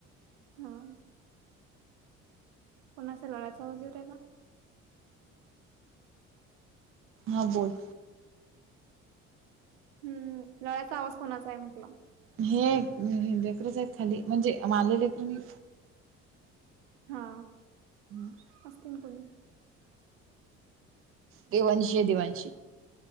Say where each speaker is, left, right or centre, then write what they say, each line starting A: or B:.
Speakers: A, on the right (about 70°); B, on the right (about 35°).
A: हा. कोणा अस लोळाचा वजेवरा्याला.
B: हा बोल.
A: हम्म लळ्याचा आवाज कोणाचा आहे म्हटलं.
B: हे लेकरच आहेत खाली म्हणजे माले लेकर म.
A: हा.
B: हम्.
A: असस्तील ना कोणी.
B: दिवंशी आहे दिवांशी.